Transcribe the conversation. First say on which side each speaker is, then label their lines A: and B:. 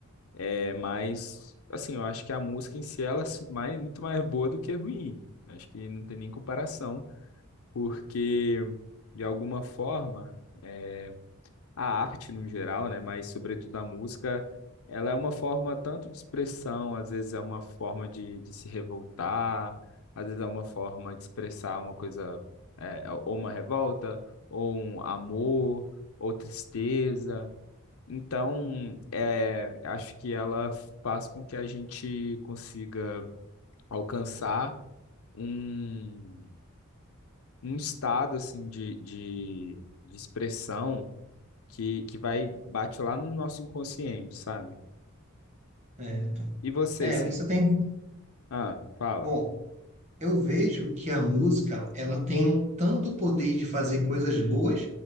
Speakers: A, on the left; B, on the right.
A: É, mas, assim, eu acho que a música em si, ela é su- mais, muito mais boa do que ruim. Acho que não tem nem comparação, porque, de alguma forma... é, a arte no geral, né, mas sobretudo a música, ela é uma forma tanto de expressão, às vezes é uma forma de, de se revoltar, às vezes é uma forma de expressar uma coisa, é, é, ou uma revolta, ou um amor, ou tristeza. Então, é, acho que ela faz com que a gente consiga alcançar um, um estado assim de, de, de expressão que, que vai, bate lá no nosso inconsciente, sabe?
B: É,
A: E você,
B: é,
A: assim?
B: você tem.
A: Ah, fala.
B: Bom, Eu vejo que a música, ela tem tanto poder de fazer coisas boas,